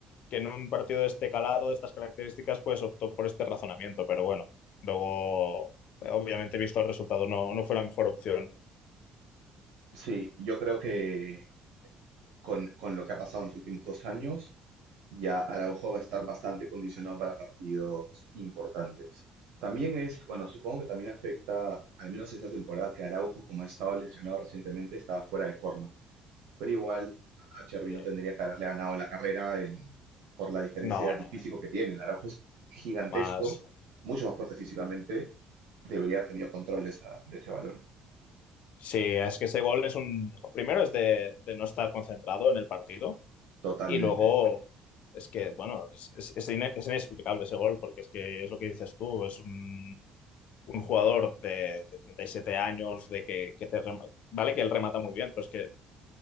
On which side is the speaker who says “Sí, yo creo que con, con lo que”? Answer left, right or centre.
Right